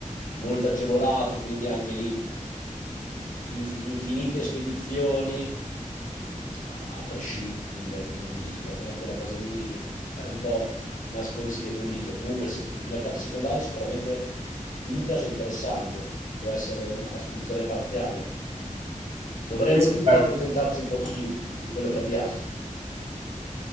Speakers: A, on the left; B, on the right.
A: molto agevolato, quindi anche lì inf- infinite spedizioni a-, a prescindere, quindi per me quella cosa lì è un po' nascondersi dietro un dito. Comunque se- il mercato secondario sicuramente vintage è interessante, può essere una soluzione parziale. Dovremmo
B: Sì, sì,
A: tutti
B: beh.
A: accontentarci un po' di più di quello che abbiamo.